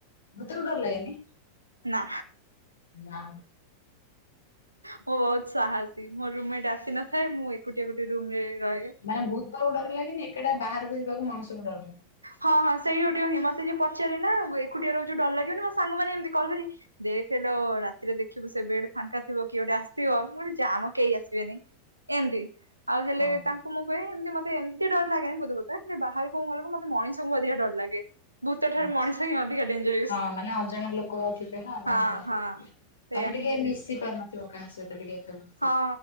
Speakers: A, on the left (about 65°); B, on the right (about 85°).
A: ଭୂତ କୁ ଡର ଲଗେନି?
B: ନା।
A: ନା
B: ମୁଁ ବୋହୁତ୍ ସାହସୀ। ମୋ ରୁମ୍ ମେଣ୍ଟ ଆସି ନଥାଏ ମୁଁ ଏକା ଗୋଟିଏ ଗୋଟିଏ ରୁମ୍ ରେ ରହେ
A: ମ୍ୟାଡମ୍ ଭୂତକୁ ଡର ଲାଗେନି? ଏକା ଟିଆ ବାହାରକୁ ଯିବାକୁ ମଣିଷକୁ ଡର ଲାଗେ।
B: ହଁ ହଁ ସେଇ ଗୋଟେ ହିଁ ମତେ ଯିଏ ପଚାରେନା ଏକୁଟିଆ ରହୁଚୁ ଡର ଲାଗିବନି? ମୋ ସାଙ୍ଗ ମାନେ ଏମତି କଲ୍ କରି ଦେଖ୍ ଲୋ ରାତିରେ ଦେଖିବୁ ସେ ବେଡ୍ ଫାଙ୍କା ଥିବ, କିଏ ଗୋଟେ ଆଶ ଥିବ। ମୁଁ କହିବି ଜାମ କେହି ଆସିବେନି। ଏମିତି ଆଉ ହେଲେ
A: ଓହୋ
B: ତାଙ୍କୁ ମୁଁ ହୁଏ ଏମିତି ମତେ ଏମିତି ଡର ଲାଗେନି <unintelligible> ହେଲେ ବାହାରଙ୍କୁ ଗଲେଙ୍କୁ ମତ ମଣିଷଙ୍କୁ ଅଧିକା ଡର ଲାଗେ। ଭୂତ ଠାରୁ
A: ଆଚ୍ଛା
B: ମଣିଷ ହିଁ ଅଧିକା ଡେଞ୍ଜରିୟସ୍
A: ହଁ ଆନେ ଅଜଣା ଲୋକୋ ଥିବେ ନା <unintelligible>
B: ହଁ ହଁ ସେଇଆ
A: ତମେ ଟିକେ
B: ହିଁ
A: ମିଶି ପାରୁନଥିବ କାହା ସହିତ ଟିକେ ଏତେ ଭଲସେ
B: ହଁ